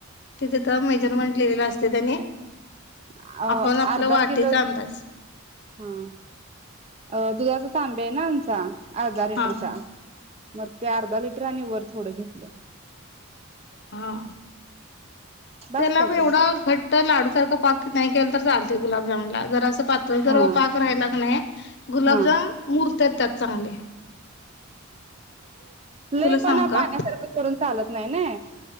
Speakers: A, on the left; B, on the right.
A: तिथे तर मेजरमेंट लिहिलेलं असते त्यानी
B: अ
A: आपण आपला
B: अर्धा
A: वाटीचा
B: किलो
A: अंदाज.
B: हा अ दुधाचा तांब्या आहे ना आमचा. अर्धा लिटरचा.
A: हा
B: मग ते अर्धा लिटर आणि वर थोडं घेतलं.
A: हा.
B: बास
A: त्याला
B: काय तुला
A: एवढा घट्ट लाडू सारखं पाक नाही केल तर चालते गुलाबजामूनला. जरासा जर पातळ
B: हा
A: पाक राहिला का नाय. <unintelligible> गुलाबजाम
B: हा
A: मुरत्यात त्यात चांगले.
B: लय
A: तुला
B: पण
A: सांग का
B: पाण्यासारखं करून चालत नाही ने.